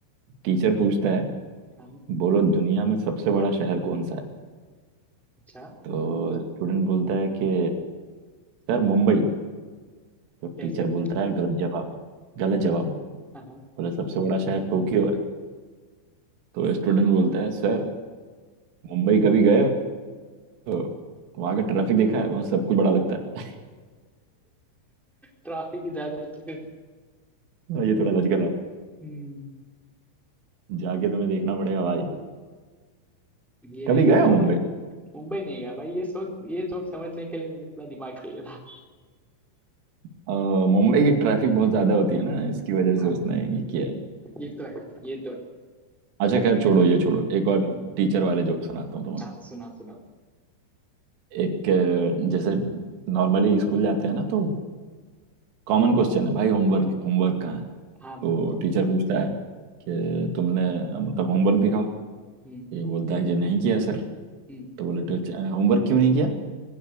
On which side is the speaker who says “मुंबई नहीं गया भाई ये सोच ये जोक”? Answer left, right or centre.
Centre